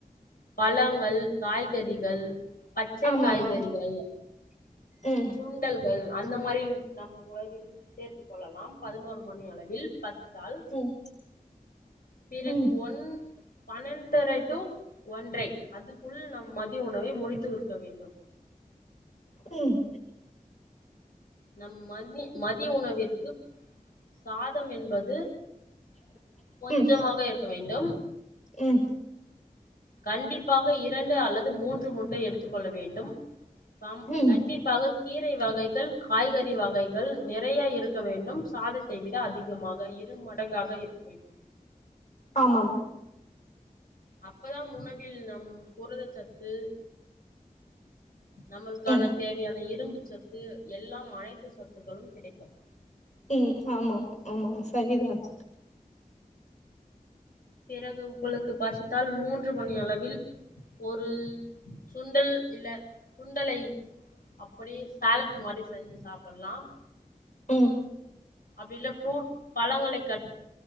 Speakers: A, on the left (about 85°); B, on the left (about 55°).
A: பழங்கள் காய்கறிகள் பச்சை
B: ஆமாம்
A: காய்கறிகள்
B: ஆமாம் ம்
A: சுண் டல்கள் அந்த மாரி நம் உணவில் சேர்த்து கொள்ளலாம் பதினொரு மணி அளவில் பசி த்தால்
B: ம்
A: பிறகு
B: ம்
A: ஒன் பன்னெண்டரை டூ ஒன்றை அதுக்குள் நம் மதிய உணவை முடித்துற்க வேண்டும்
B: ம்
A: நம் மதி மதிய உணவிற்கு சாதம் என்பது கொஞ்சமாக
B: ம்
A: இருக்க வேண்டும்
B: ம்
A: கண்டிப்பாக இரண்டு அல்லது மூன்று முட்டை எடுத்துக்கொள்ள வேண்டும் கம்
B: ம்
A: கண்டிப் பாக கீரை வகைகள் காய்கறி வகைகள் நெ றையா இருக்க வேண்டும் சாதத்தை விட அதிகமாக இரு மடங்காக இருக்க வேண்டும்
B: ஆமாம்
A: அப்பதாம் உணவில் நம் புரத சத்து நம்மளுக்கான
B: ம்
A: தேவையான இரும்பு சத்து எல்லாம் அனைத்து சத்துக்களும் கிடைக்கும்
B: ம் ஆமாம் ஆமாம் சரிதான்
A: பிறகு உங்களுக்கு பசித்தால் மூன்று மணி அளவில் ஒரு சுண்டல் இல்ல சுண்டலை அப்படியே சாலட் மாரி செஞ்சு சாப்பலாம்
B: ம்
A: அப்டி இல்ல ஃப்ரூட் பழங்களை கட்